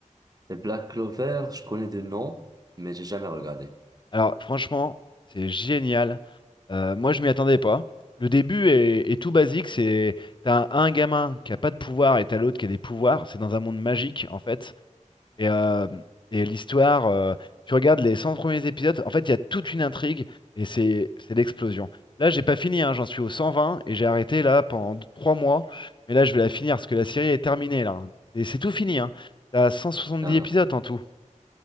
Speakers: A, on the right; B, on the left.
A: Et Black Clover, je connais des noms, mais j'ai jamais regardé.
B: Alors, franchement, c'est génial. Euh, moi, je m'y attendais pas. Le début est, est tout basique. C'est t'as un, un gamin qui a pas de pouvoir et t'as l'autre qui a des pouvoirs. C'est dans un monde magique, en fait. Et, euh, et l'histoire, euh, tu regardes les 100 premiers épisodes, en fait, il y a toute une intrigue et c'est c'est l'explosion. Là, j'ai pas fini, hein, j'en suis au 120 et j'ai arrêté là pendant 3 mois. Mais là, je vais la finir parce que la série est terminée là. Et c'est tout fini, hein. T'as
A: ah
B: dix épisodes en tout.